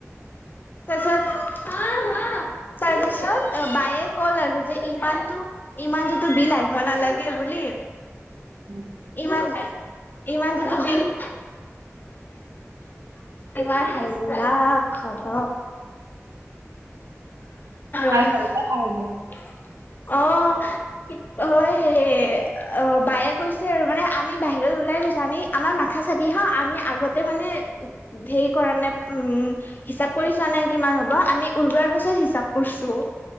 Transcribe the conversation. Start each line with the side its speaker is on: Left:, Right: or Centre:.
Left: তাৰ পিছত। তাৰ পিছত বায়ে ক'লে আৰু যে ইমানটো- ইমানটোতো বিল আহিব নালাগে বুলি।
Right: উমঁ-
Left: ইমান ইমানতো বিল- ইমান হাল্লা ঘৰত
Right: ভাল
Left: -
Right: ভাল পাই খাই মোৰ।
Left: অঁ- হয়ঁ সেয়ে অ' বায়ে কৈছে আৰু মানে আমি বাহিৰত ওলাই গৈছো আমি - আমাৰ মাথা চাবি হা আমি আগতে মানে ধেৰি কৰা নে উমঁ- হিচাপ কৰি চোৱা নাই কিমান হ'ব আমি উলোৱাৰ পাছত হিচাপ কৰিছোঁ।